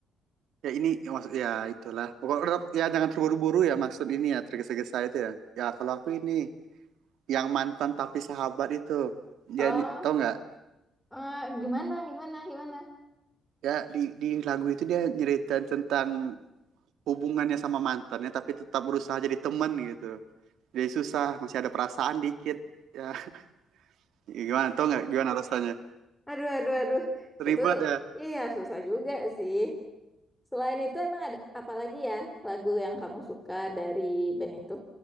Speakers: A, on the right; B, in the centre.
A: Ya ini ya, maksud ya itulah. Pokoknya tetap- ya jangan terburu-buru ya maksud ini ya tergesa-gesa itu ya. Ya kalau aku ini yang mantan tapi sahabat itu. Dia
B: Oh,
A: ny- tau nggak?
B: eh, gimana, gimana, gimana?
A: Ya di di lagu itu dia nyeritain tentang hubungannya sama mantannya tapi tetap berusaha jadi teman gitu. Jadi susah, masih ada perasaan dikit. Ya, <laughs> gimana? Tau nggak gimana rasanya?
B: Aduh, aduh, aduh. Itu
A: Ribet
B: tuh
A: ya.
B: iya susah juga sih. Selain itu emang ada apa lagi ya lagu yang kamu suka dari band itu?